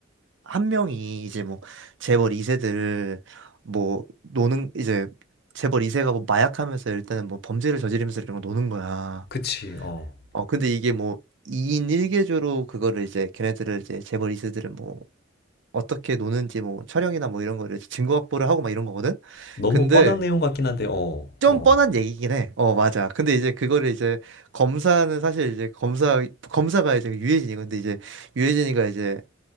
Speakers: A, on the right; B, on the left.
A: 한 명이 이제 뭐 재벌 2세들 뭐 노는 이제 재벌 2세가 뭐 마약하면서 일단은 뭐 범죄를 저지르면서 이런 거 노는 거야.
B: 그치, 어.
A: 어 근데 이게 뭐 2인 1개조로 그거를 이제 걔네들을 이제 재벌 2세들은 뭐 어떻게 노는지 뭐 촬영이나 뭐 이런 거를 증거 확보를 하고 막 이런 거거든.
B: 너무
A: 근데
B: 뻔한 내용 같긴 한데, 어, 어,
A: 좀
B: 어.
A: 뻔한 얘기긴 해. 어 맞아. 근데 이제 그거를 이제 검사는 사실 이제 검사 검사가 이제 유해진이 근데 이제 유해진이가 이제